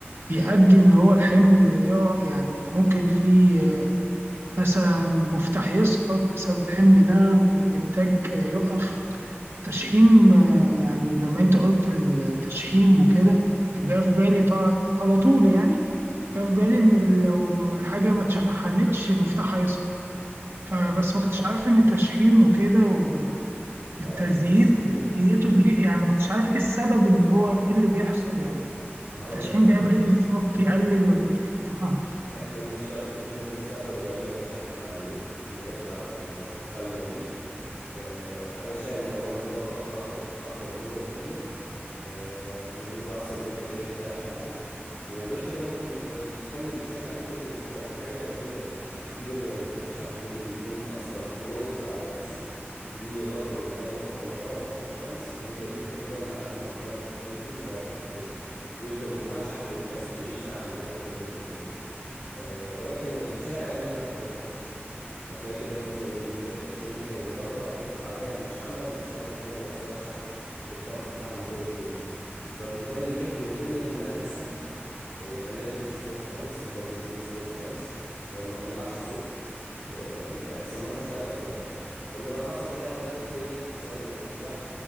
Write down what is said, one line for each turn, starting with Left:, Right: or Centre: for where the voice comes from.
Right: بيؤدي إن هو الحمل يقع- يعني ممكن فيه مثلا مفتاح يسقط بسبب الحمل ده والإنتاج يقف تشحيم آه، يعني لما أنت قلت التشحيم وكده فجاء في بالي طبعا على طول يعني جاء في بالي إن لو حاجة ما اتشحمتش المفتاح هيسقط
Left: اه
Right: فبس ما كنتش عارف إن التشحيم وكده وال-
Left: لا
Right: والتزييت
Left: في تفاصيل كتير
Right: نيته كبيرة يعني ما كنتش عارف إيه السبب إن هو إيه اللي بيحصل يعني
Left: هقول
Right: التشحيم
Left: لك اهو
Right: بيعمل إيه بالظبط يقلل ولا <laughs> ما أعرفش
Left: احنا بنستخدم احنا بنستخدم غالبا شحم مع البلي اللي راكب على الشفط بتاع المواتير آه علشان اولا بيقعد فتره اطول اطول جوه البليه آه، وبيبقى اصلا البليه كده كده قافله عليه وغير كده برضه بي... الفني بيشيك عليه كل اسبوع ولا حاجه لو البليه بتاخد شحم في بليه ما بياخدش شحم بليه بيكون اصلا كلوزد على نفسه ليه غطا من قدام وغطا من ورا ومقفول خالص فالبليه دي بتفضل لحد ما عمرها الافتراضي يبوظ وبعد كده بتترمي وبيفضل جواها شحم مناسب يعيش معاها الوقت ده كله يعني آه، ولكن الشائع ان احنا احنا بنحط الشحم هتلاقي كده في زي بكاية تشحيم كده من بره بيحط عليها المشحمة المشحمة تروح جاية موصلة الشحم بالضغط بتاعها لجوه البلية فبالتالي بيحمي البلية من انها تسخن آه، يخليها تمشي سموث خالص تفضل تدور سموث خالص آه، ما تطلعش صوت آه، ما يحصل لهاش تلف يعني لان لو حصل فيها تلف وتقلت بسبب ان مفيش شحم